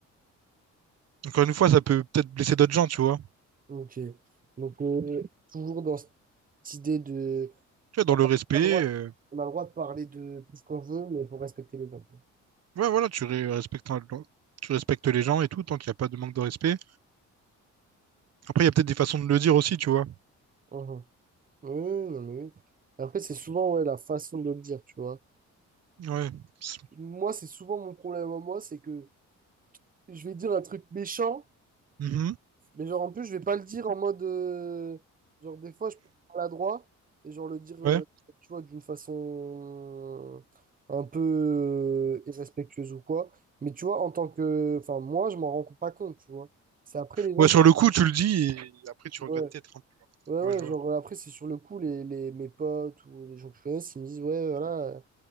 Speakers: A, on the right (about 55°); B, on the right (about 30°).
A: encore une fois, ça peut peut-être blesser d'autres gens, tu vois.
B: ok. Donc euh, toujours dans cette idée de,
A: Tu vois, dans
B: voilà,
A: le respect,
B: on a le droit,
A: euh,
B: on a le droit de parler de tout ce qu'on veut, mais il faut respecter les gens.
A: ouais, voilà, tu re- respectes, un- tu respectes les gens et tout, tant qu'il n'y a pas de manque de respect. Après, il y a peut-être des façons de le dire aussi, tu vois.
B: Mhm. Oui, non, mais oui. Après, c'est souvent ouais, la façon de le dire, tu vois.
A: Ouais. C'est-
B: Moi, c'est souvent mon problème à moi, c'est que je vais dire un truc méchant.
A: Mhm.
B: Mais genre, en plus, je vais pas le dire en mode. euh, genre, des fois, je peux être maladroit et genre le dire, euh,
A: Ouais.
B: tu vois, d'une façon euh, un peu euh, irrespectueuse ou quoi. Mais tu vois, en tant que. Enfin, moi, je m'en rends pas compte, tu vois. C'est après les gens
A: Ouais, sur
B: qui.
A: le coup, tu le dis et après, tu
B: Ouais,
A: regrettes peut-être un peu.
B: ouais, ouais,
A: Ouais, je vois.
B: genre, après, c'est sur le coup, les, les, mes potes ou les gens que je connais, ils me disent, ouais, voilà, euh,